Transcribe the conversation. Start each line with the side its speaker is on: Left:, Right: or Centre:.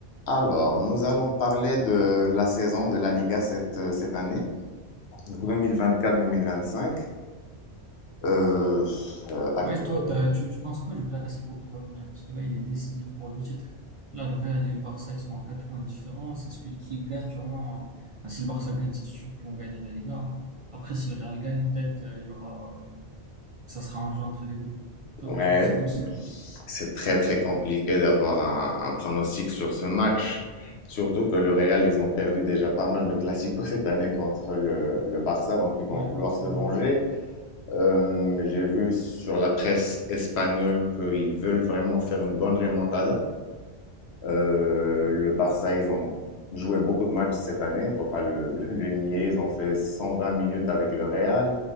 Left: Alors, nous allons parler de la saison de la Liga cette, euh, cette année, donc 2024-2025. Euh, euh, actu-
Right: Oui, toi, t'as- tu, tu penses quoi du Classico qui va venir? Parce que là, il est décisif pour le titre. Là, le Real et le Barça, ils sont en 4 points de différence. Et celui qui gagne, sûrement, euh, ben, si le Barça gagne, c'est sûr qu'ils vont gagner la Liga. Après, si le Real gagne, peut-être, euh, il y aura, ça sera un jeu entre les deux. Toi,
Left: ouais,
Right: t'en penses quoi de ce...
Left: c'est très très compliqué d'avoir un, un pronostic sur ce match, surtout que le Real, ils ont perdu déjà pas mal de classicos cette année contre le, le Barça, donc ils vont
Right: Ouais, le
Left: vouloir
Right: Barça.
Left: se venger. Euh, j'ai vu sur la presse espagnole qu'ils veulent vraiment faire une bonne remontada. Euh, le Barça, ils ont joué beaucoup de matchs cette année, il ne faut pas le, <laughs> le- le nier. Ils ont fait 120 minutes avec le Real.